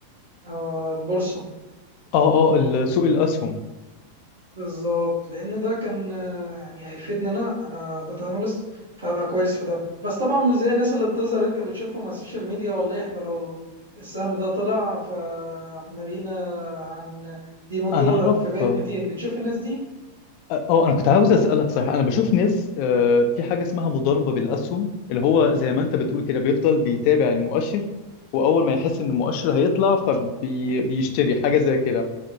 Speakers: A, on the right (about 70°); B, on the left (about 45°).
A: آه، البورصه
B: اه اه ال- سوق الاسهم
A: بالظبط لان ده كان آه، يعني هيفيدنا انا انا داتا اناليست فهبقى كويس في ده بس طبعا مش زي الناس اللي بتظهر انت بتشوفهم على السوشيال ميديا والله احنا لو السهم ده طلع فاحنا لينا عن دي 100 دولار
B: انا اعرف
A: فبقت
B: اه
A: 200 بتشوف الناس دي
B: آه، انا كنت عاوز اسالك صحيح انا بشوف ناس آه، في حاجه اسمها مضاربه بالاسهم اللي هو زي ما انت بتقول كده بيفضل بيتابع المؤشر واول ما يحس ان المؤشر هيطلع فبيشتري حاجه زي كده